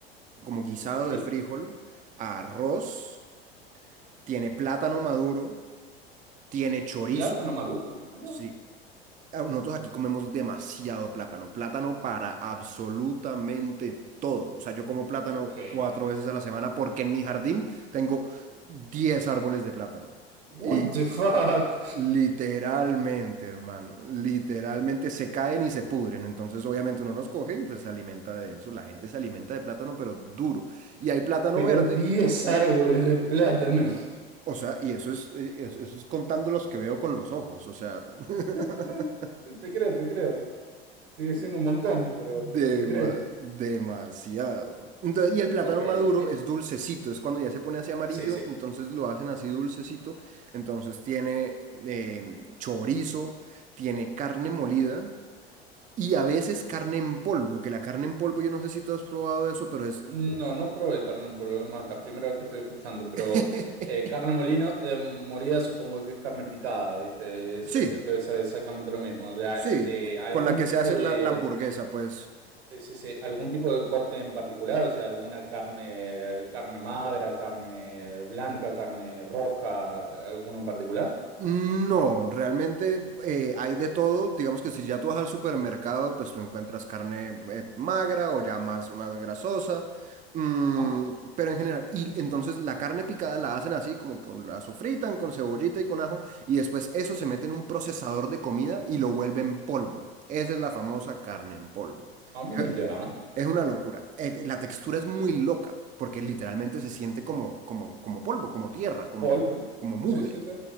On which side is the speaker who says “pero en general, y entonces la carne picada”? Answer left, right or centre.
Right